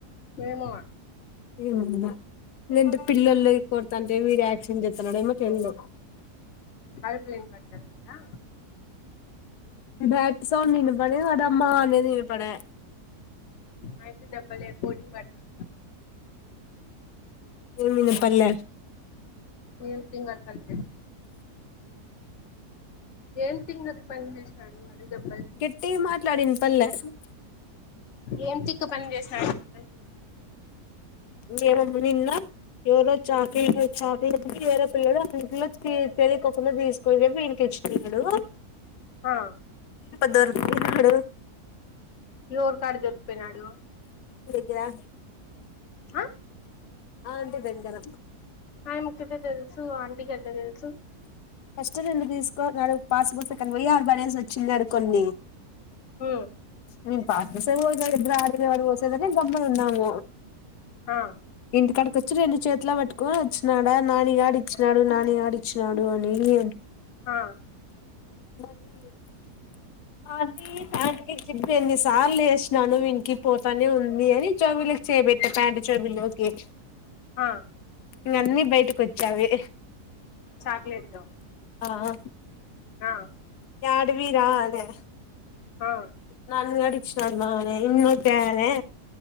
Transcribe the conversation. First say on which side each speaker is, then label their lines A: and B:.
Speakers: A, on the left; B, on the left.
A: ఏమో
B: ఏమంద లేంటే పిల్లల్లో కొడతా అంటే వీడి యాక్షన్ చేస్తున్నాడెమో తేలదు
A: అరుపులు ఇన్పడుతున్నాయా
B: బ్యాట్ సౌండ్ వినపడి వాడ అమ్మ అనేది వినపడ
A: అయితే దెబ్బలె కోటింగ్ పడి <inaudible>
B: వినపడ్ల
A: ఏ తింగరి పని ఏం తింగరీ పని చేసినాడు వాడు దెబ్బలు తినేకి,
B: గట్టిగా మాట్లాడు మాట్లాడు వినపడ్ల
A: ఏం తిక్క పని చేసినడు చెప్పండి
B: నే నిన్న ఎవరో చాక్లెట్ చాక్లెట్ వేరే పిల్లడు అంట్లో తెలియకుండా తీసుకోనీ వీనీకి ఇచ్చన్నాడు
A: హా
B: దొరికినడు
A: ఎవరికడ దొరికిపోయినాడు
B: గ్రా
A: హ
B: ఆ ఇంటి దగ్గర
A: ఆయ ముచ్చట తెలుసు ఆంటీకి ఎట్లా తెలుసు
B: ఫస్ట్ నిను తీసుకో అన్నాడు పాస్ బుకు కానీ వెయ్యి ఆడ పడసి వచ్చినాడు కొన్ని
A: హ
B: హమ్ పాస్ బుక్ <unintelligible> నేను గమ్మున ఉన్నాము
A: ఆ
B: ఇందుకడకి వచ్చి రెండు చేతిల పట్టుకొని వచ్చినాడా నానిగాడి ఇచ్చినాడు నానిగాడి ఇచ్చినాడు ఏమ్ లేదు
A: ఆ
B: మళ్ళీ చేయనా అది ప్యాంట్కి జిబ్ ఎన్ని సార్లు వేసినాను వినికి పోతానే ఉంది అని చెబులోకి చేయబెట్టా ప్యాంట్ చెబులోకి
A: హ
B: ఇవి అన్నీ బయటకి వచ్చావే
A: చాక్లెట్లు
B: ఆ ఆ
A: ఆ
B: అడవి కదే
A: ఆ
B: నాలుగు గడి ర్ మ ఇన్నక్కాలే